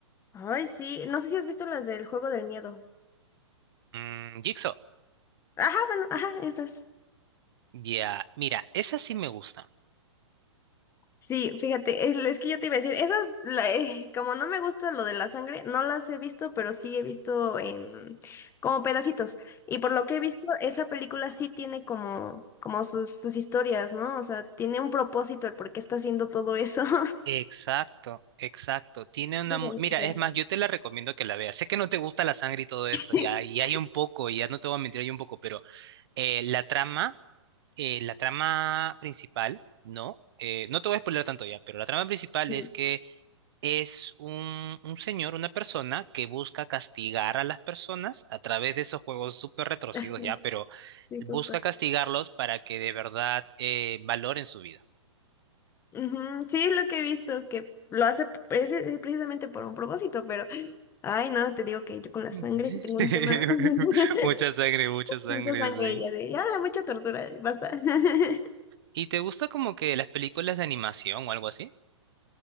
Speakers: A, on the left; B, on the right.
A: Ay, sí. No sé si has visto las del juego del miedo.
B: Mm, Jigsaw.
A: Ajá, bueno, ajá, esas.
B: Ya, Mira, esa sí me gusta.
A: Sí, fíjate, es, es que yo te iba a decir, esas, la- eh, como no me gusta lo de la sangre, no las he visto, pero sí he visto em, como pedacitos. Y por lo que he visto, esa película sí tiene como, como sus, sus historias, ¿no? O sea, tiene un propósito el por qué está haciendo todo eso. <laughs>
B: Exacto, exacto. Tiene una...
A: Ese es
B: mu- Mira,
A: el- ya.
B: es más, yo te la recomiendo que la veas. Sé que no te gusta la sangre y todo eso,
A: <laughs>
B: ya, y hay un poco, y ya no te voy a mentir, hay un poco, pero eh, la trama, eh, la trama principal, ¿no? Eh, no te voy a spoiler tanto ya, pero la trama principal
A: Sí,
B: es que es un, un señor, una persona que busca castigar a las personas a través de esos juegos súper retorcidos
A: ajá,
B: ya, pero
A: sí,
B: busca
A: justo.
B: castigarlos para que de verdad eh, valoren su vida.
A: Ujú, Sí, es lo que he visto, que lo hace preci- precisamente por un propósito, pero, ay, no, te digo que yo con la
B: <laughs>
A: sangre sí tengo un tema, <laughs>
B: Mucha sangre, mucha sangre,
A: mucha sangre
B: sí.
A: ya de, ya, mucha tortura, basta. <laughs>
B: ¿Y te gusta como que las películas de animación o algo así?